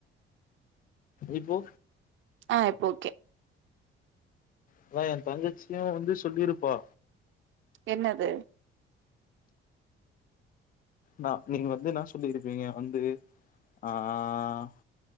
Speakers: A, on the left; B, on the right.
A: இப்போ
B: ஆ இப்ப ஓகே
A: அதா என் தங்கச்சியே வந்து சொல்லிருப்பா
B: என்னது
A: நா நீங்க வந்து இன்ன சொல்லிருப்பீங்க வந்து ஆஹ்